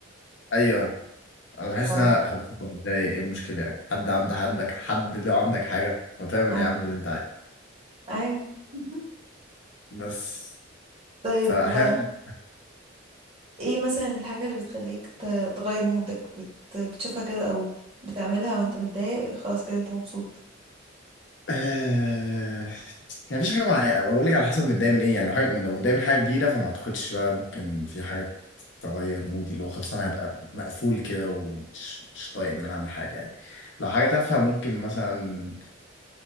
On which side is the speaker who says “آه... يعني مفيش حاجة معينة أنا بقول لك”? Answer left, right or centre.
Left